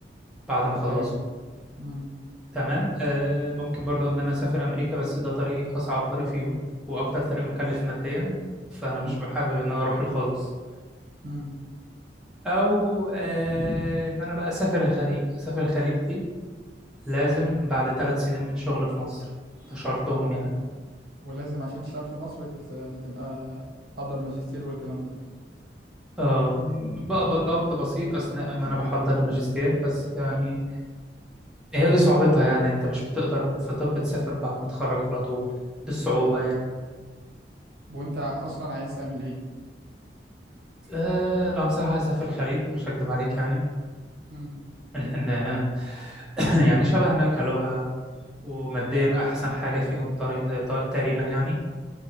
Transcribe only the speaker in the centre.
بعد ما اخلصه
تمام آه، ممكن برضو ان انا اسافر امريكا بس ده طريقي اصعب طريق فيهم واكتر طريق مكلف ماديا فانا
مش بحابب ان انا اروح له خالص
او آه، ان انا بقى اسافر الخليج اسافر الخليج دي لازم بعد ثلاث سنين من شغل في مصر ده شرطهم يعني
آه، بقبض قبض بسيط اثناء ما انا بحضر الماجستير بس يعني هي دي صعوبتها
يعني انت مش بتقدر في طب تسافر بعد ما تتخرج على طول دي الصعوبة يعني
اه أنا بصراحة عايز اسافر الخليج مش هكدب عليك يعني
لان <coughs> آه، <clears throat> يعني شبهنا كلغة وماديا احسن حاجة فيهم طريق طريق- تقريبا يعني